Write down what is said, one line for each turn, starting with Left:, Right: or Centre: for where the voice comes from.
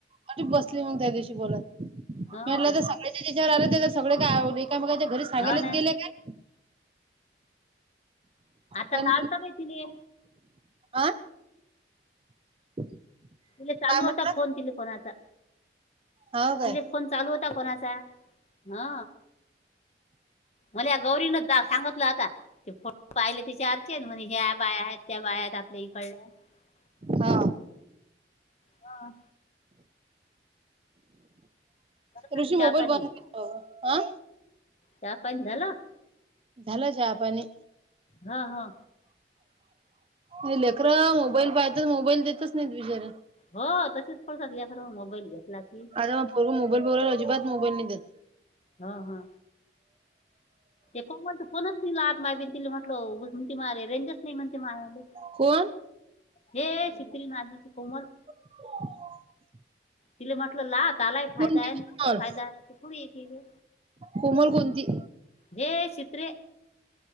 Right: अरे बसली मग त्या दिवशी बोलत म्हटलं
Left: हो
Right: सगळ्या जच्यावर आले सगळे काय काय मग त्याच्या घरी सांगायलाच
Left: हो ना
Right: गेले काय.
Left: आता
Right: पण
Left: लालता बाई तिले
Right: आ. <inaudible>
Left: ते चालू
Right: काय म्हटलं
Left: होता फोन तिले कोणाचा,
Right: हाव काय?
Left: ति फोन चालू होता. ता कोणाचा, हा. मला या <unintelligible> <inaudible>
Right: हा.
Left: हा. चालेल,
Right: ऋषी मोबाईल
Left: चहा पाणी
Right: बंद, आ.
Left: चहा पानी झाला?
Right: झाल चाहा पानी.
Left: हा हा.
Right: नाही लेकर मोबाईल पाहत मोबाईल देतच नाही बिचारे.
Left: हो तसेच पडतात <unintelligible> मोबाईल घेतला की.
Right: आता मग पोरगं मोबाईल बघायला अजिबात मोबाईल नाही देत.
Left: हा हा. <unintelligible>
Right: कोण?
Left: हे चित्री नादि ची कोमल
Right: <inaudible>
Left: तिला म्हटलं ला त्याला ही फायदा
Right: कोणती
Left: हाय
Right: कोमल?
Left: ना फायदा ती कुड येती ग
Right: कोमल कोणती?
Left: हे छीत्रे